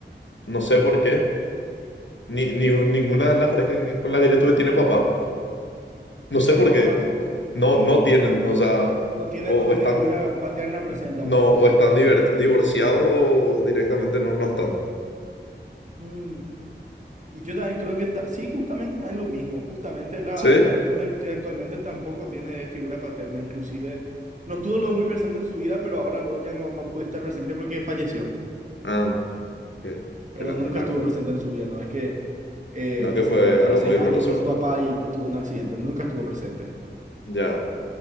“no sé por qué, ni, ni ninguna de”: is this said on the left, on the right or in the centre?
Left